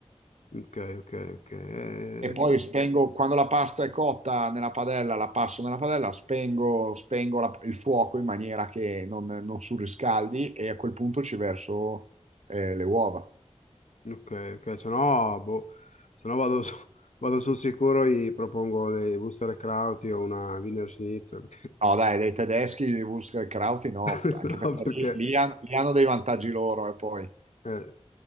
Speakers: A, on the left; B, on the right.
A: Ok, ok, ok. Eh,
B: E poi spengo, quando la pasta è cotta nella padella, la passo nella padella, spengo, spengo la- il fuoco in maniera che non, non surriscaldi e a quel punto ci verso eh, le uova.
A: Ok, ok, se no, boh, se no vado, su- <laughs> vado sul sicuro e propongo dei Wurstel Krauti o una Wiener Schnitzel.
B: No, dai, dei tedeschi, i Wurstkrauti no,
A: <laughs>
B: anche perché
A: No, perché...
B: lì, lì han- lì hanno dei vantaggi loro e poi.
A: eh,